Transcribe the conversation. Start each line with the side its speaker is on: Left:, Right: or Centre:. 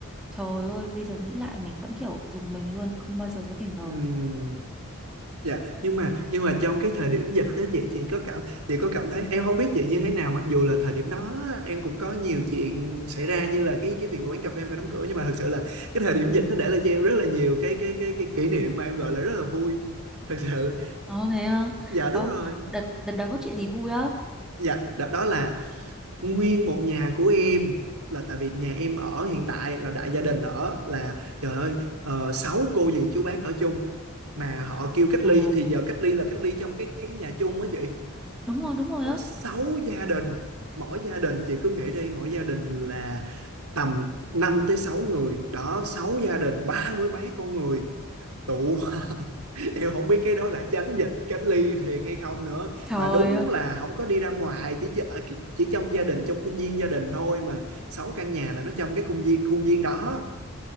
Centre: trời ơi bây giờ nghĩ lại mình vẫn kiểu dùng mình luôn không bao giờ có thể ngờ
Right: ừm, dạ nhưng mà nhưng mà trong cái thời điểm dịch đó chị chị có cảm chị có cảm thấy em không biết chị như thế nào mặc dù là thời điểm đó em cũng có nhiều chuyện xảy ra như là cái cái việc quán cà phê em phải đóng cửa nhưng mà thật sự là cái thời điểm dịch nó để lại cho em rất là nhiều cái cái cái cái kỷ niệm mà em gọi là rất là vui thật sự
Centre: Ồ thế á
Right: dạ đúng
Centre: có
Right: rồi
Centre: đợt đợt đó có chuyện gì vui á
Right: dạ đó, đó là nguyên một nhà của em là tại vì nhà em ở hiện tại là đại gia đình ở là trời ơi ờ, sáu uh, cô dì chú bác ở chung mà họ kêu cách
Centre: ồ
Right: ly thì giờ cách ly là cách ly trong cái cái nhà chung á chị
Centre: đúng rồi đúng rồi
Right: nó
Centre: á
Right: sáu gia đình mỗi gia đình chị cứ nghĩ đi mỗi gia đình là tầm 5 tới 6 người đó sáu gia đình ba mươi mấy con người tụ <laughs> Hiếu không biết cái đó là tránh dịch cách ly thiệt hay không nữa,
Centre: trời
Right: mà đúng
Centre: ơi
Right: là không có đi ra ngoài, chỉ chỉ chỉ trong gia đình, trong khuôn viên gia đình thôi mà 6 căn nhà là nó trong cái khuôn viên khuôn viên đó,